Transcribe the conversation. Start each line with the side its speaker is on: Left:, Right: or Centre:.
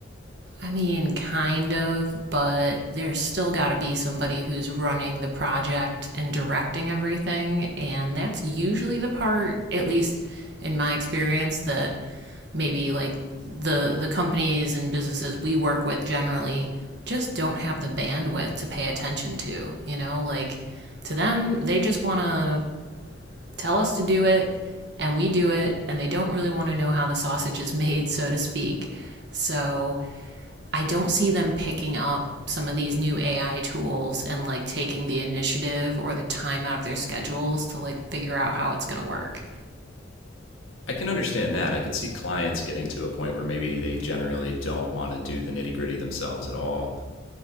Right: I mean, kind of, but there's still got to be somebody who's running the project and directing everything, and that's usually the part, at least in my experience, that maybe like the the companies and businesses we work with generally just don't have the bandwidth to pay attention to, you know? Like to them, they just want to tell us to do it and we do it and they don't really want to know how the sausage is <laughs> made, so to speak. So, I don't see them picking up some of these new AI tools and like taking the initiative or the time out of their schedules to like figure out how it's going to work.
Left: I can understand that. I could see clients getting to a point where maybe they generally don't want to do the nitty gritty themselves at all.